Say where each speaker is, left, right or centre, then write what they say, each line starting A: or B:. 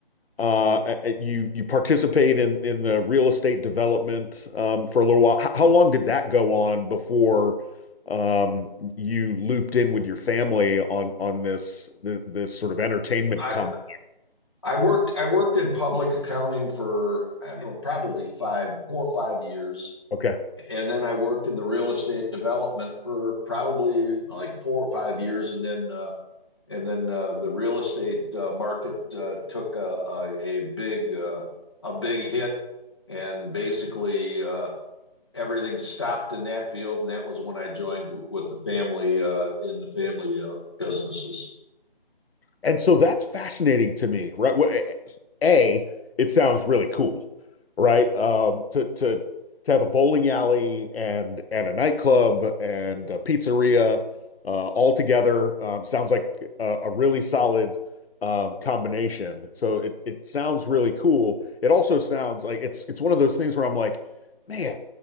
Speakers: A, on the left; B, on the left.
A: Uh, You you participate in in the real estate development um, for a little while. How how long did that go on before um, you looped in with your family on on this this sort of entertainment
B: I
A: comp?
B: I worked I worked in public accounting for I don't know probably five four or five years
A: Okay.
B: and then I worked in the real estate development for probably like four or five years, and then uh, and then uh, the real estate uh, market uh, took a, a, a big uh, a big hit, and basically uh, everything stopped in that field, and that was when I joined w- with the family uh, in the family uh, businesses.
A: And so that's fascinating to me, right? A, it sounds really cool, right? Um, to to to have a bowling alley and and a nightclub and a pizzeria uh, all together um, sounds like a, a really solid um, combination. So it it sounds really cool. It also sounds like it's it's one of those things where I'm like, man,